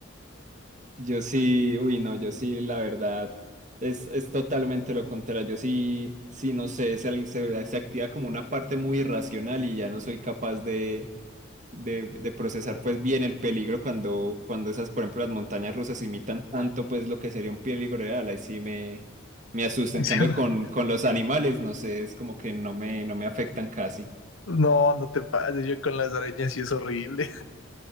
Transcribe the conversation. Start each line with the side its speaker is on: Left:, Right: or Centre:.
Right: yo sí, uy, no, yo sí, la verdad, es, es totalmente lo contrario. Yo sí, sí, no sé, se, se, se activa como una parte muy irracional y ya no soy capaz de, de, de procesar pues bien el peligro cuando, cuando esas, por ejemplo, las montañas rusas imitan tanto pues lo que sería un peligro real. Ahí sí me, me asusta.
Left: <laughs>
Right: En cambio, con, con los animales, no sé, es como que no me, no me afectan casi.
Left: No, no te pases, yo con las arañas sí es horrible.